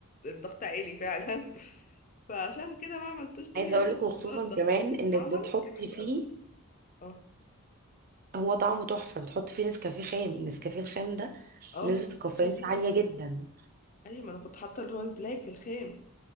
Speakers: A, on the left (about 35°); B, on the right (about 40°).
A: الضغط عالي فعلا <laughs> فعشان كده ما عملتوش تاني
B: عايزه
A: عشان
B: اقول لكم
A: موضوع
B: خصوصا
A: الضغط
B: كمان
A: لكن
B: انك
A: طعما
B: بتحطي
A: كان حلو
B: فيه
A: قوي اه
B: هو طعمه تحفه بتحطي فيه نسكافيه خام النسكافيه الخام ده
A: اه
B: نسبه
A: ما انا حطيت
B: الكافيين
A: فيه
B: فيه
A: خام
B: عاليه جدا
A: ايوه ما انا كنت حاطه اللي هو البلاك الخام